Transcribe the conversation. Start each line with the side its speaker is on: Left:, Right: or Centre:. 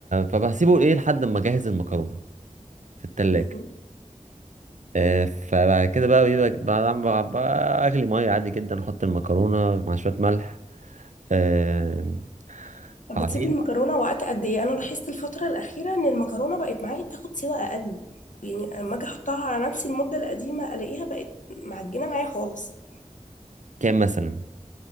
Right: فبسيبه ايه لحد ما اجهز المكرونه في التلاجة
Left: مهم.
Right: آه، فبعد كده بقى بيبقى بعد ما ب- اغلي ميه عادي جدا احط المكرونه مع شويه ملح آه،
Left: طب
Right: بعدين
Left: بتسيبي المكرونة وقت قد ايه انا لاحظت الفترة الأخيرة ان المكرونة بقت معايا بتاخد سوا اقل يعني اما اجي احطها على نفسي المدة القديمة الاقيها بقت معجنة معايا خالص
Right: كام مثلا